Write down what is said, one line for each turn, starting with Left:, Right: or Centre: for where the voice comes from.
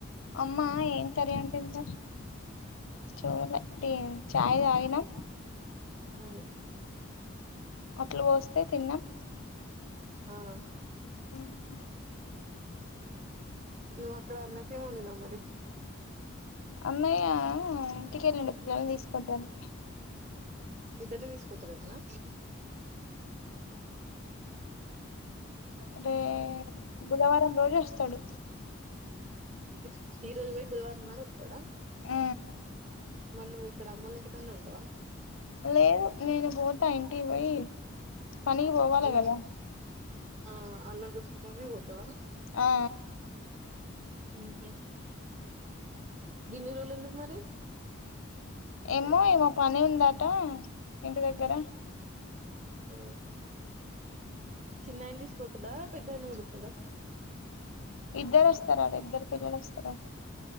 Left: అమ్మ ఎంత రెంట్ ఎంత చూడలే చాయి తాగినా
Right: ము
Left: అట్లు పోస్తే తిన్నాం
Right: ఆఆ
Left: ఉ... ము
Right: ను అక్కడ అన్న కే వండిన మరి
Left: అన్నయ్య ఇంటికి వెళ్ళిండు పిల్లలనీ తీసుకోడానికి
Right: ఇద్దరినీ తీసుకొచ్చినడా అట్టనా
Left: అంటే బుధవారం రోజు వాస్ తాడు
Right: ఇ ఈ రోజు పోయి బుధవారం నాడు వత్తడా
Left: ఊ
Right: నువ్వు ఇక్కడ అమ్మోళ్ల ఇంటికాడనే ఉంటవా
Left: లేదు నేను పోతా ఇం ఇంటికి పోయి పనీకి పోవాలీ
Right: అల్లం
Left: కదా
Right: ఆ అలంగ పుక్నే పోఓతవా
Left: ఆ ఆ
Right: ఉహు గిన్ని రోజులు ఎందుకు మరి
Left: ఏమో ఏమో పని ఉందట ఇంటి దగ్గర
Right: ఆ చిన్న ఆయన తీసుకపోతడా పెద్ద ఆయన కూడా వత్తడా.
Left: ఇద్దరు అస్తరు అట ఇద్దరు పిల్లలు అస్తరు అట.